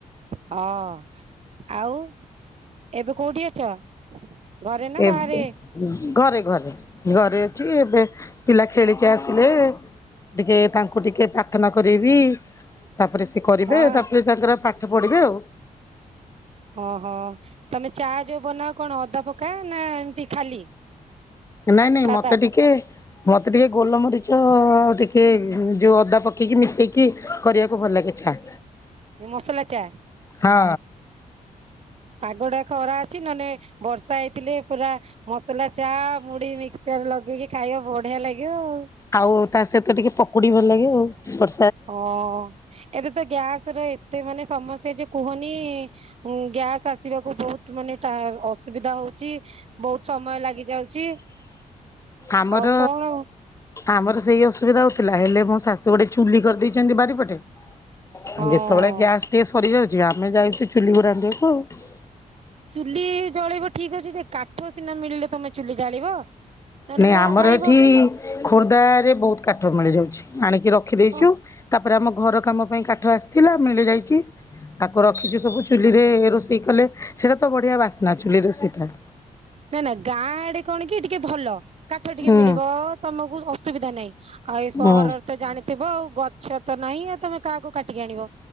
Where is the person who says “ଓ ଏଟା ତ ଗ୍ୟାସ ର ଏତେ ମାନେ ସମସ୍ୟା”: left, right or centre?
Right